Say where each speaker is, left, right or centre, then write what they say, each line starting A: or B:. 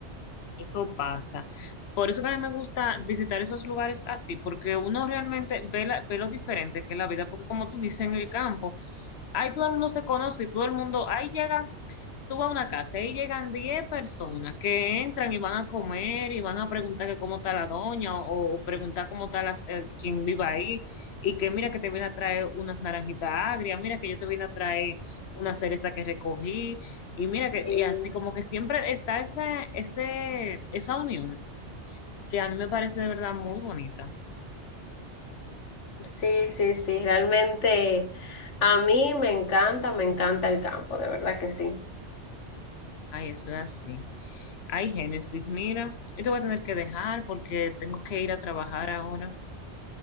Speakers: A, on the left; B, on the left.
A: Eso pasa. Por eso que a mí me gusta visitar esos lugares así, porque uno realmente ve, la- ve lo diferente que es la vida, porque como tú dices, en el campo, ahí todo el mundo se conoce y todo el mundo, ahí llega tú vas a una casa y llegan 10 personas que entran y van a comer y van a preguntar que cómo está la doña o, o preguntar cómo está las- el- quien vive ahí y que mira que te viene a traer unas naranjitas agrias, mira que yo te vine a traer una cereza que recogí y mira que
B: Y
A: y así como que siempre está ese, ese, esa unión que a mí me parece de verdad muy bonita.
B: sí, sí, sí, realmente a mí me encanta, me encanta el campo, de verdad que sí.
A: Ay, eso es así. Ay, Génesis, mira, yo te voy a tener que dejar porque tengo que ir a trabajar ahora.